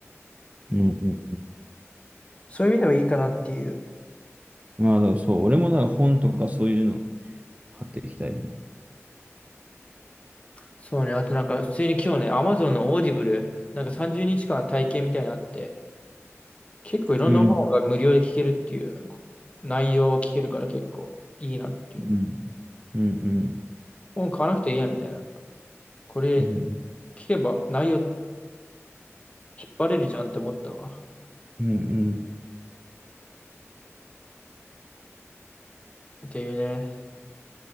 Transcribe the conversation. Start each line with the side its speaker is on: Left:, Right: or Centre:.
Right: うん。うん
Left: そういう意味ではいいかなっていう。
Right: まあ、でもそう、俺もだから本とかそういうの買っていきたいよね。
Left: そうね。あとなんか、普通に今日ね、Amazon のオーディブル、なんか30日間体験みたいなのあって、結構いろんな本が無料で聞けるっていう、
Right: うん、
Left: こ内容を聞けるから結構いいなっていうの。
Right: うん、うん、うん、
Left: 本買わなくていいやみたいな。これ
Right: うん、
Left: 聞けば内容引っ張れるじゃんって思ったわ。
Right: うん、うん、
Left: っていうね。